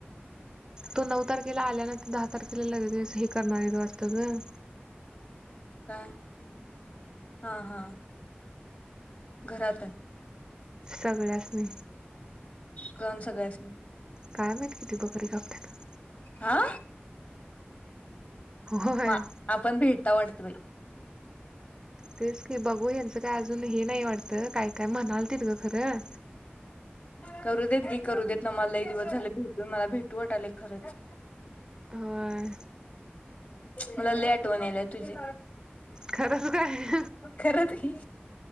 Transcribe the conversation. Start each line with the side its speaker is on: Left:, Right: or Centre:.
Right: तो नऊ तारखेला आल्यानंतर दहा तारखेला लगेच हे करणार आहे वाटतं गं
Left: काय? हा, हा घरात अ
Right: सगळ्यास्नी
Left: कळन सगळ्यासणी
Right: काय माहित किती बकरी कापत्यात?
Left: आ?
Right: होय
Left: म आपण भेटता वाट त बाई.
Right: तेच की, बघू यांचं काय अजून हे नाही वाटतं, काय काय म्हणालतीत गं खरं.
Left: करू देत नाय करू देत, ना मला लई दिवस झालं भेटून, मला भेटू वाटालय खरंच.
Right: होय.
Left: मला लय आठवन यायल्या तुझी.
Right: खरंच काय?
Left: खरचं कि,